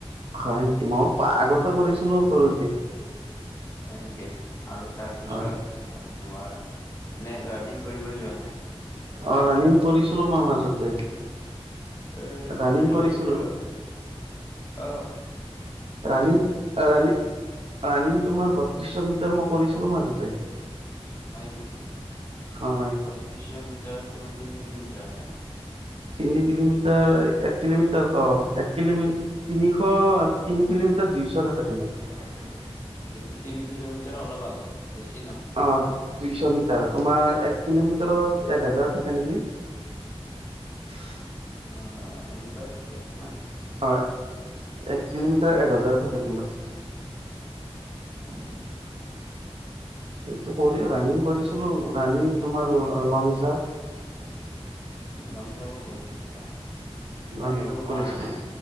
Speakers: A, on the right; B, on the left.
A: হয় নেকি মই পা আগতে কৰিছিলো সৰুতে
B: হয় নেকি । আৰু তাৰ পিছত
A: হয়
B: তোমাৰ এনে ৰানিং কৰিব যোৱা নাই ।
A: অ ৰানিং কৰিছিলো মই মাজতে
B: এ অ
A: ৰানিং
B: মানে
A: কৰিছিলো
B: এতিয়া অ
A: ৰাণিং ৰাণিং ৰাণিং তোমাৰ বত্ৰিশ মিটাৰ মই কৰিছি লো মাজতে
B: হয় নেকি
A: হয়
B: বত্ৰিশ মিটাৰট তোমাৰ তিনি কিলোমিটাৰ হয় ন
A: তিনি কিলোমিটাৰ এক কিলোমিটাৰ অ এক কিলোমিটাৰ তিনিশ তিনি কিলোমিটাৰ দুইশ থাকে তোমাৰ ।
B: এতিয়া তিনি কিলোমিটাৰ অলপ আগত বেছি ।
A: অ দুইশ মিটাৰ । তোমাৰ এক কিলোমিটাৰত এক হেজাৰ থাকে নেকি ।
B: অ এনেকুৱাই থাকে ।
A: অ এক কিলোমিটাৰ এক হাজাৰ থাকে তোমাৰ
B: আহ ।
A: এইটো কৰি ৰাণিং কৰিছিলো ৰাণিং তোমাৰ লং জাম্প
B: লংজাম্প কৰিছিলা ন
A: লং
B: মই সেইবোৰ
A: জাপ কৰিছিলো
B: কৰা নাই